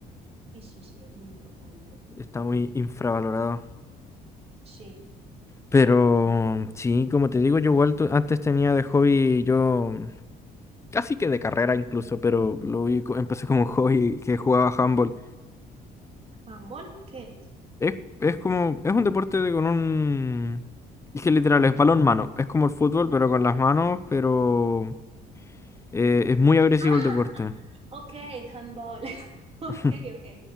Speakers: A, on the right; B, on the left.
A: Sí, sí, sí, es muy importante.
B: Está muy infravalorado.
A: Sí.
B: Pero
A: Y, y-
B: sí, como te digo, yo igual tu- antes tenía de hobby yo casi que de carrera incluso, pero lo vi co- empecé como un hobby que jugaba handball.
A: ¿Handball qué es?
B: Es, es como, es un deporte de- con un... Es que literal, es balón mano. Es como el fútbol, pero con las manos, pero eh, es muy agresivo
A: Ah,
B: el deporte.
A: ok, handball. <laughs> Ok,
B: <laughs>
A: ok.